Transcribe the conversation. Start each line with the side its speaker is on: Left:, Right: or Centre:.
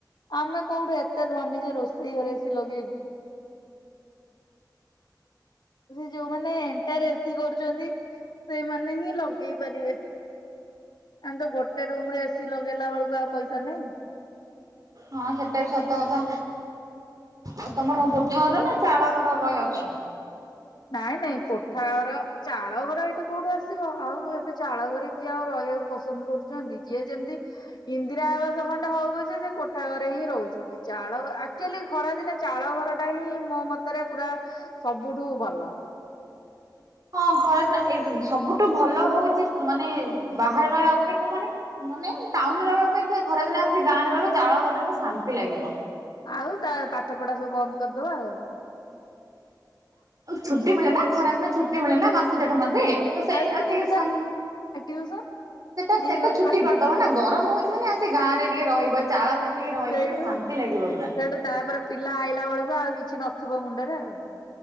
Left: ଆମେ କୋଉଠୁ ଏତେ ଧନୀ ଯେ ରୋଷେଇ ଘରେ ଏ ସି ଲଗେଇବୁ। ସେ ଯୋଉମାନେ ଏଣ୍ଟୟାର ଏ ସି କରୁଛନ୍ତି। ସେଇମାନେ ହିଁ ଲଗେଇ ପାରିବେ। ଆମେ ତ ଗୋଟେ ରୁମ ରେ ଏ ସି ଲଗେଇଲା ବେଳକୁ ଆଉ ପଇସା ନାହିଁ।
Right: ହଁ ସେଟା ବି ସତ କଥା। ଆଉ ତମର କଣ
Left: ଆଉ
Right: କୋଠାଘର ନା ଚାଳ ଘର ବି ଅଛି?
Left: ନାଇଁ ନାଇଁ କୋଠାଘର ଚାଳ ଘର ଏଇଠି କୋଉଠୁ ଆସିବ ଆଉ ଏବେ ଚାଳଘରେ କିଏ ଆଉ ରହିବାକୁ ପସନ୍ଦ କରୁଛନ୍ତି ଯିଏ ଯେମିତି ଇନ୍ଦିରା ଆବାସ ଖଣ୍ଡେ ହଉ ପଛ ସେ କୋଠା ଘରେ ହିଁ ରହୁଛନ୍ତି। ଚାଳଘର ଆକ୍ଚୁଆଲି ଖରାଦିନେ ଚାଳ ଘର ଟା ହିଁ ମୋ ମତରେ ପୁରା ସବୁଠୁ ଭଲ।
Right: ହଁ ଖରାଦିନ ଏ ସବୁଠୁ ଭଲ ହଉଛି ମାନେ ବାହାରେ ରହିବା ଅପେକ୍ଷା ମାନେ ମାନେ ଟାଉନରେ ରହିବା ଅପେକ୍ଷା ଖରାଦିନେ ଆସି ଗାଁ ରେ ରହିବ ଚାଳ ଘରେ ରହିବ ଶାନ୍ତି ଲାଗିବ।
Left: ଆଉ ତା ପାଠ ପଢା ସବୁ ବନ୍ଦ କରିଦବା ଆଉ
Right: ଛୁଟି ମିଳେ ନା ଖରାଦିନ ଛୁଟି ମିଳେ ନା ମାସେ ଦେଢ ମାସେ। ତ ସେଇ
Left: ଆଉ ଯୋଉ
Right: ଆସିକିରି
Left: ଟିଉସନ
Right: ସା
Left: ଟିଉସନ?
Right: ସେଇଟା
Left: ଯିଏ
Right: ସେଟା
Left: ଯୋଉଠି
Right: ଛୁଟି
Left: ପାଠ
Right: କରିଦବ ନା ଗରମ ହଉଛି ମାନେ ଆସି ଗାଁରେ ଟିକେ ରହିବ ଚାଳ ଘରେ ଟିକେ ରହିବ
Left: ସେଇଠୁ
Right: ସେଇଟା ଶାନ୍ତି ଶାନ୍ତି ଲାଗିବ ପୁରା।
Left: ସେଇଠୁ ତାପରେ ପିଲା ଆଇଲା ବେଳକୁ ଆଉ କିଛି ନଥିବ ମୁଣ୍ଡରେ ଆଉ।